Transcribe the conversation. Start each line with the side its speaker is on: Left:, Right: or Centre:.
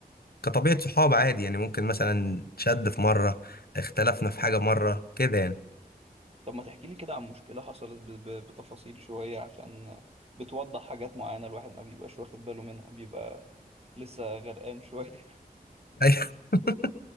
Left: كطبيعة صحاب عادي يعني ممكن مثلا شد في مرة اختلفنا في حاجة مرة كده يعني
Right: طب ما تحكي لي كده عن مشكله حصلت ب... ب... بتفاصيل شويه عشان بتوضح حاجات معينه الواحد ما بيبقاش واخد باله منها بيبقى لسه غرقان <laughs> شويه
Left: أيوة. <laughs>